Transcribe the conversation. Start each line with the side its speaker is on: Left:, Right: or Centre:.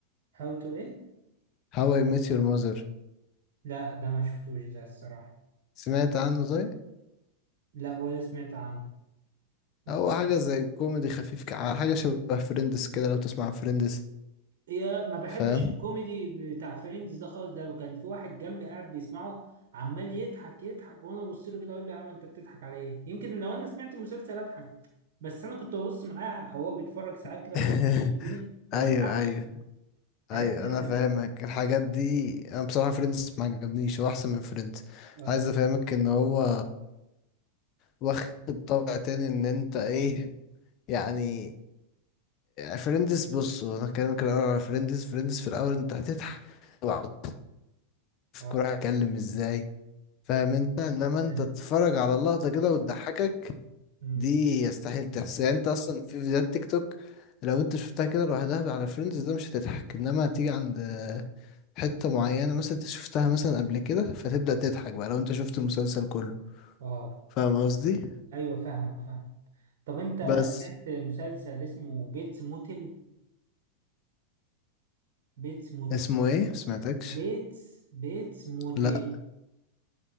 Right: هاو تو ايه؟
Left: هاو اي ميت يور ماذر
Right: لا ده ما شفتوش ده الصراحة
Left: سمعت عنه طيب
Right: لا ولا سمعت عنه ما
Left: هو
Right: سمعتوش
Left: حاجة زي كوميدي خفيف كع- حاجة شبه فريندز كده لو تسمع عن فريندز
Right: يا ما بحبش
Left: فاهم
Right: الكوميدي بتاع فريندز ده خالص ده كان في واحد جنبي قاعد بيسمعه عمال يضحك يضحك وانا ببص له كده اقول له يا عم انت بتضحك على ايه يمكن لو انا سمعت المسلسل اضحك بس انا كنت ببص معاه او هو بيتفرج ساعات
Left: <laughs>
Right: كده واقول بيشدني ما
Left: ايوه
Right: بضحكش
Left: ايوه
Right: حاجات
Left: ايوه
Right: دي يعني
Left: انا فاهمك الحاجات دي انا بصراحة فريندز ما عجبنيش هو احسن من فريندز
Right: اه
Left: عايز افهمك ان هو واخد طابع تاني ان انت ايه يعني فريندز بص انا كلامك الاول على فريندز فريندز في الاول انت هتضحك وهتعرف
Right: اه
Left: الكورة هتتكلم ازاي فاهم انت انما انت
Right: ايوه
Left: تتفرج على اللقطة كده وتضحكك
Right: أمم.
Left: دي يستحيل تحصل يعني انت اصلا في فيديوهات تيك توك لو انت شفتها كده لوحدها على فريندز ده مش هتضحك انما هتيجي عند حتة معينة مثلا انت شفتها مثلا قبل كده فتبدأ تضحك بقى لو انت شفت المسلسل كله
Right: اه
Left: فاهم قصدي
Right: ايوه فاهمك فاهم طب انت
Left: بس
Right: سمعت مسلسل اسمه بيتس موتل بيتس موتل
Left: اسمه ايه سمعتكش
Right: بيتس بيتس موتل
Left: لا